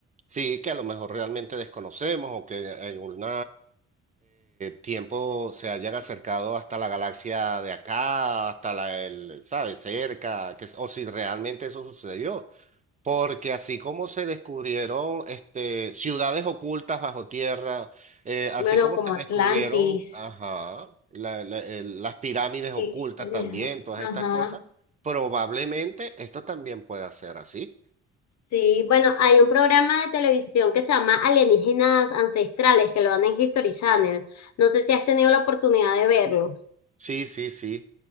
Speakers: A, on the right; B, on the left.
A: sí, que a lo mejor realmente desconocemos o que en algún tiempo se hayan acercado hasta la galaxia de acá, hasta la, el, ¿sabes? Cerca, que, es- o si realmente eso sucedió. Porque así como se descubrieron este, ciudades ocultas bajo tierra, eh, así
B: bueno,
A: como
B: como
A: se
B: Atlantis,
A: descubrieron ajá, la- la- el- las pirámides
B: que,
A: ocultas
B: eh,
A: también, todas
B: ajá,
A: estas cosas, probablemente esto también pueda ser así.
B: sí, bueno, hay un programa de televisión que se llama Alienígenas Ancestrales, que lo dan en History Channel, no sé si has tenido la oportunidad de verlo.
A: Sí, sí, sí.